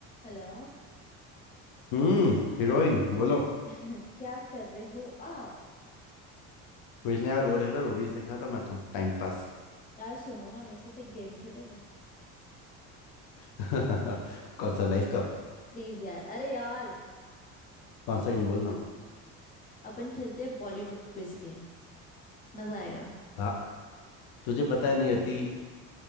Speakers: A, on the left; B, on the left.
A: Hello
B: हम्म हीरोइन बोलो
A: <laughs> क्या कर रहे हो आप
B: कुछ नहीं यार वो देख रहा रोडीज देख रहा था मैं तो टाइम पास
A: यार सुनो ना मेरे साथ एक गेम खेलोगे
B: <laughs> कौन सा लाइफ का
A: प्लीज यार अरे यार
B: कौन सा गेम बोलना
A: अपन खेलते हैं बॉलीवुड क्विज गेम मजा आएगा
B: हाँ तुझे पता है नहीं आती